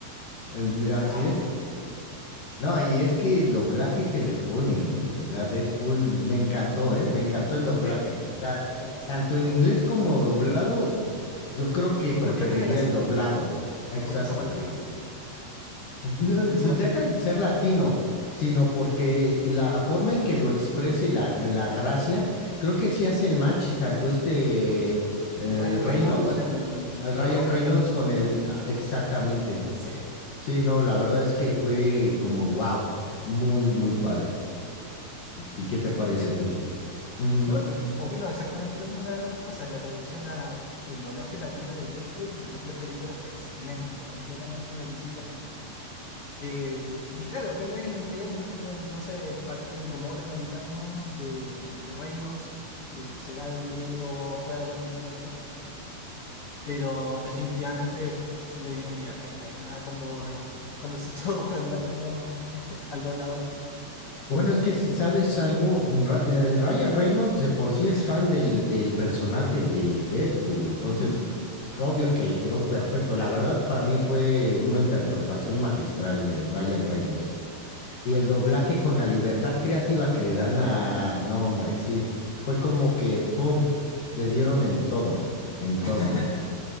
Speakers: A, on the left (about 60°); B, on the left (about 85°).
A: es-
B: ¡Wow!
A: así es. No, y es que el doblaje que le ponen, güey, o sea, Deadpool me encantó, ¿eh? Me encantó el doblaje.
B: Sí,
A: O sea,
B: sí, sí.
A: tanto en inglés como doblado, es- yo creo que
B: No
A: preferiría
B: pierde la gracia,
A: el doblado. Exacto.
B: porque somos latinos.
A: No,
B: Porque somos
A: pues Deja
B: latinos.
A: el ser latino, sino porque la forma en que lo expresa y la, la gracia, creo que sí hace el match tanto este, el
B: Ryan
A: Reynolds,
B: Reynolds con, el,
A: al
B: con
A: Ryan
B: la voz
A: Reynolds
B: de latina.
A: con el, ah, exactamente.
B: Sí.
A: Sí, no, la verdad es que fue como wow, muy, muy padre. ¿Y qué
B: Qué
A: te
B: increíble
A: parece a ti? Ujú.
B: No, yo opino exactamente lo mismo, la verdad, las cosas. La traducción, la- el doblaje latino de Deadpool, las tres películas fue excelente, completamente de principio a fin. Eh, y claro, verla en inglés, ¿entiendes? Entonces, parte del humor americano de, de Reynolds, que se va de libreto, juega con el libreto, pero definitivamente le dieron libertad creativa cuando, eh, cuando se <laughs> tradujo al latino, <laughs> al doblador.
A: Bueno, es que si sabes algo, en Ra- el Ryan Reynolds de por sí es fan del, del personaje de Deadpool, entonces
B: Ujú,
A: obvio que le quedó perfecto. La verdad, para mí fue una interpretación magistral de Ryan Reynolds. Y
B: totalmente.
A: el doblaje con la libertad creativa que le dan a... No, hombre, sí, fue como que, ¡pum!, le dieron en todo, en
B: <laughs>
A: todo.